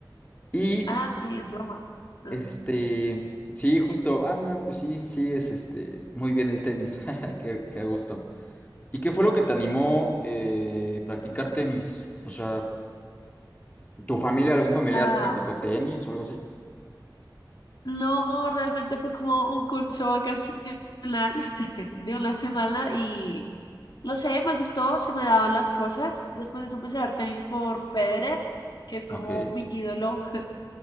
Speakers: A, on the left; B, on the left.
A: Y
B: Ah, sí, en Roma. Mm.
A: Este, sí, justo. Ah, mira, pues sí, sí es este muy bien el tenis. <laughs> Qué, qué a gusto. ¿Y qué fue lo que te animó eh, practicar tenis? O sea, ¿tu familia, algún familiar
B: Ah,
A: practicó tenis o algo así?
B: no, realmente fue como un curso vacacional <laughs> de una semana y no sé, me gustó, se me daban las cosas. Después de eso empecé a ver tenis por Federer, que es como
A: Ok,
B: mi ídolo <laughs> de